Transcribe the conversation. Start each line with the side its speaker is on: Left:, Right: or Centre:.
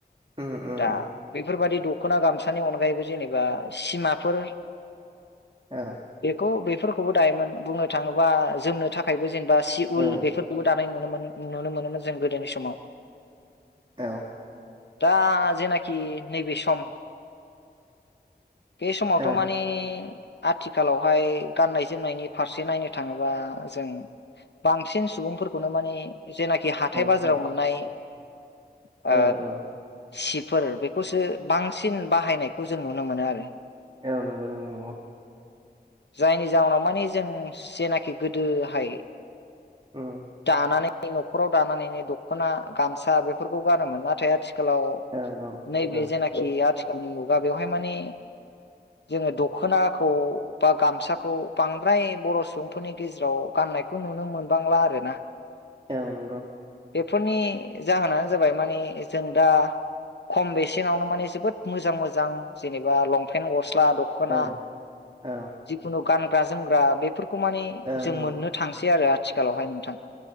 Right: उम उम
Left: दा
Right: उम
Left: बेफोरबायदि दख दख'ना गामसानि अनगायैबो जेनेबा सिमाफोर
Right: औ
Left: बेखौ बेब बेफोरखौबो दायोमोन बुंनो थाङोबा जोमनो थाखायबो जेनेबा सि
Right: औ
Left: उल बेफोरखौबो दानाय नुनो मोन। नुनो मोनोमोन जों गोदोनि समाव।
Right: औ
Left: दा जेनाखि नैबे सम। बे समावथ'
Right: औ
Left: माने आथिखालावहाय गाननाय जोमनायनि फारसे नायनो थाङोबा। जों बांसिन सुबुंफोरखौनो मानि जेनाखि हाथाय
Right: औ
Left: बाजाराव मोननाय। ओ
Right: औ औ
Left: सिफोर बेखौसो बांसिन बाहायनायखौ जों नुनो मोनो आरो।
Right: औ नंगौ नंगौ नंगौ
Left: जायनि जाहोनाव माने जों जेनाखि गोदोहाय
Right: उम
Left: दानानै। न'खराव दानानैनो दख'ना गामसा बेफोरखौ गानोमोन नाथाय आथिख खालाव
Right: औ
Left: नैबे
Right: औ
Left: जेनाखि आथिखालनि मुगा बेवहाय माने। जोंङो दख'नाखौ बा गामसाखौ बांद्राय बर' सुबुंफोरनि गेजेराव गा फाननायखौ नुनो मोनबांला आरो ना।
Right: औ नंगौ।
Left: बेफोरनि जाहोनानो जाबाय माने। जों दा खम बेसेनावनो माने जोबोद मोजां मोजां जेनेबा लंपेन्ट ख गस्ला दखना
Right: औ औ
Left: जिखुनु गानग्रा जोमग्रा बेफोरख खौ माने
Right: औ
Left: जों
Right: औ
Left: मोननो थांसै आरो आथिखालावहाय नोंथां।